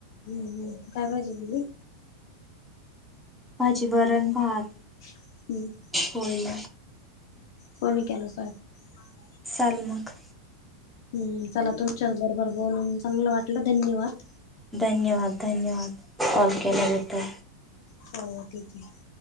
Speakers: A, on the left; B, in the centre.
A: हम्म, ‌ हम्म. काय भाजी केली?
B: भाजी, वरण, भात.
A: हम्म.
B: होय.
A: कोणी केला स्वयंपाक?
B: चाल मग
A: हम्म चला तुमच्या बरोबर बोलून चांगलं वाटलं धन्यवाद.
B: धन्यवाद, धन्यवाद कॉल केल्याबद्दल.
A: हो ठीक आहे.